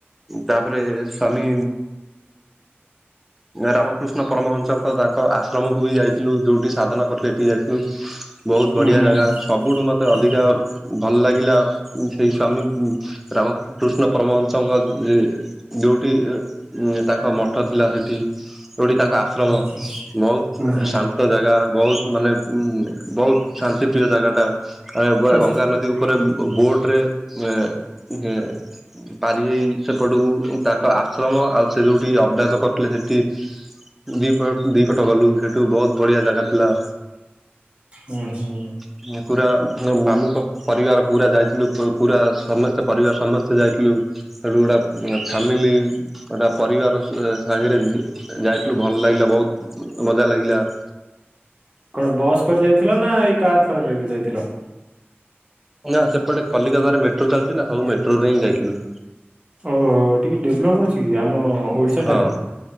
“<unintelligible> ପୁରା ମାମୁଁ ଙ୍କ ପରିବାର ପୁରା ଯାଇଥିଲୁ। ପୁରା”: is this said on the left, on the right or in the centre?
Centre